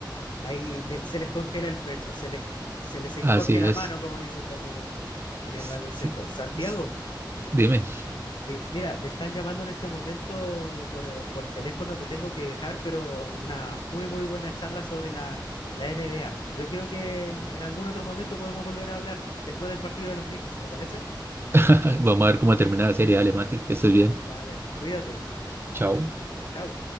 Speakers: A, on the left; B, on the right.
A: ahí le- se les congela el pecho, se les, se les encoge
B: Así
A: la
B: es.
A: mano, como dice también en, en el
B: S-
A: baloncesto.
B: s-
A: Santiago,
B: s- Dime,
A: oye, mira, me están llamando en este momento por, eh, por teléfono, te tengo que dejar, pero una muy, muy buena charla sobre la, la NBA. Yo creo que en, en algún otro momento podemos volver a hablar después del partido de los Knicks, ¿te parece?
B: <laughs> vamos a ver cómo termina la serie. Dale, Mati, que estés bien.
A: Dale, cuídate.
B: Chao.
A: Chao.